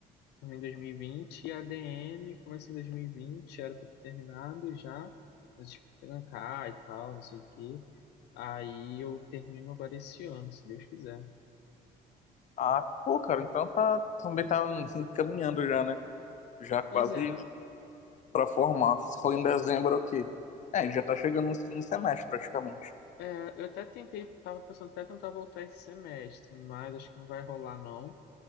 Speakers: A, on the left; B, on the left.
A: terminei em 2020, e vinte, e a DM comecei em 2020, era pra ter terminado já, eu tive que trancar e tal, não sei o quê. Aí eu termino agora esse ano, se Deus quiser.
B: Ah, pô, cara, então tá, também tá <laughs> caminhando já, né? Já quase
A: Pois é,
B: pra formar. Se for em dezembro, é o quê? É, já tá chegando no segundo semestre, praticamente.
A: É, eu até tentei, tava pensando até tentar voltar esse semestre, mas acho que não vai rolar não.